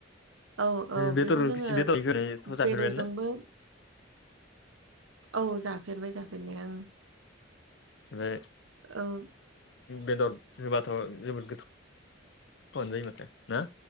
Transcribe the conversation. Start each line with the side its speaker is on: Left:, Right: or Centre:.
Right: औ औ
Left: बेदर
Right: बेखौ जोङो
Left: बेदर होनायथ' जाफेरबायानो
Right: बेदरजोंबो
Left: ना?
Right: औ जाफेरबाय जाफेरनाया ओं
Left: बे
Right: औ
Left: बेदर होबाथ' जोबोद गोथाव आनो जायो माथो ना?